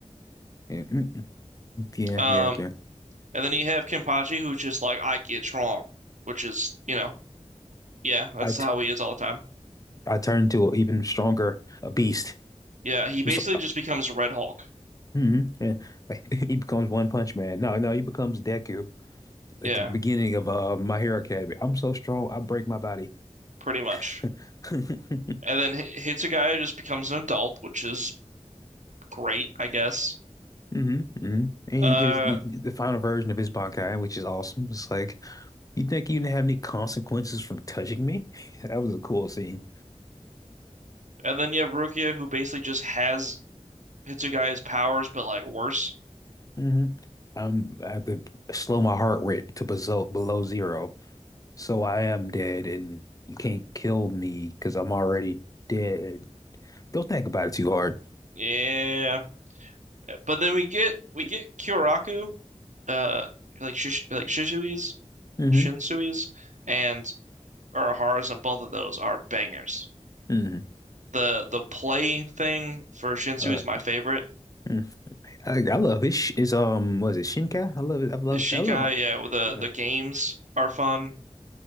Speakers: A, on the left; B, on the right.
A: Yeah, mm, mm. yeah,
B: Um,
A: yeah. yeah.
B: and then you have Kenpachi, who's just like I get strong, which is you know yeah that's
A: I t
B: how he is all the time.
A: I turned to an even stronger a beast.
B: Yeah, he basically
A: I'm so-
B: just becomes Red Hulk.
A: hmm Yeah. <laughs> He becomes One Punch Man. No, no, he becomes Deku at
B: Yeah,
A: the beginning of uh My Hero Academy. I'm so strong, I break my body.
B: pretty much.
A: <laughs> hmm
B: And then H- Hitsugaya just becomes an adult, which is great, I guess.
A: hmm And he
B: Uh,
A: just the final version of his Bankai, which is awesome. It's like you think you didn't have any consequences from touching me? <laughs> That was a cool scene.
B: and then you have Rukia, who basically just has Hitsugaya's powers, but like worse.
A: hmm I'm I have to slow my heart rate to below below zero, so I am dead, and you can't kill me because I'm already dead. Don't think about it too hard.
B: Yeah. But then we get we get Kyoraku, uh, like Shish like Shisui's,
A: Mm-hmm.
B: Shinsui's, and Urahara's, and both of those are bangers.
A: hmm
B: The the play thing for Shinsui
A: Uh,
B: is my favorite.
A: mm. I, I love it. Sh- It's um, was it Shinkai? I love it. I love.
B: The Shikai,
A: I love.
B: yeah, with the
A: Yeah.
B: the games are fun.